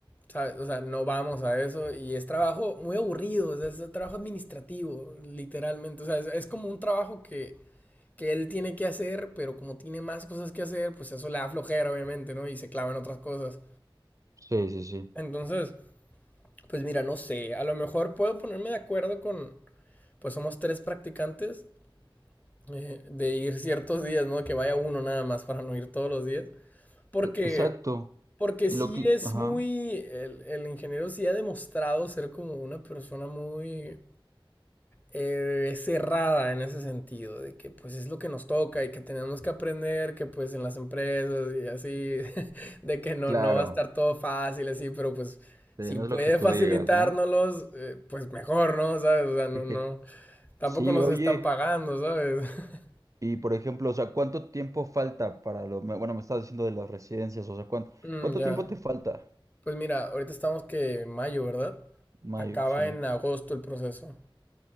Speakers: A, on the left (about 15°); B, on the right (about 35°).
A: ¿sabes? O sea, no vamos a eso y es trabajo muy aburrido, o sea, es trabajo administrativo, literalmente. O sea, es, es como un trabajo que que él tiene que hacer, pero como tiene más cosas que hacer, pues eso le da flojera, obviamente, ¿no? Y se clava en otras cosas.
B: Sí, sí, sí.
A: Entonces, pues mira, no sé, a lo mejor puedo ponerme de acuerdo con, pues somos tres practicantes, eh, de ir ciertos días, ¿no? Que vaya uno nada más para no ir todos los días. Porque,
B: E- Exacto.
A: porque sí
B: Y lo que,
A: es
B: ajá,
A: muy, el, el ingeniero sí ha demostrado ser como una persona muy eh, cerrada en ese sentido, de que pues es lo que nos toca y que tenemos que aprender, que pues en las empresas y así, <laughs> de que no,
B: claro,
A: no va a estar todo fácil así, pero pues
B: sí,
A: si
B: no
A: puede
B: es lo que tú
A: facilitárnoslos,
B: digas, ¿no?
A: eh, pues mejor, ¿no? ¿Sabes? O sea, no,
B: <laughs>
A: no, tampoco
B: Sí,
A: nos
B: oye,
A: están pagando, ¿sabes? <laughs>
B: y por ejemplo, o sea, ¿cuánto tiempo falta para lo, me- bueno, me estás diciendo de las residencias, o sea, ¿cuánto,
A: Mm,
B: cuánto
A: ya.
B: tiempo te falta?
A: Pues mira, ahorita estamos que en mayo, ¿verdad?
B: Mayo,
A: Acaba
B: sí.
A: en agosto el proceso.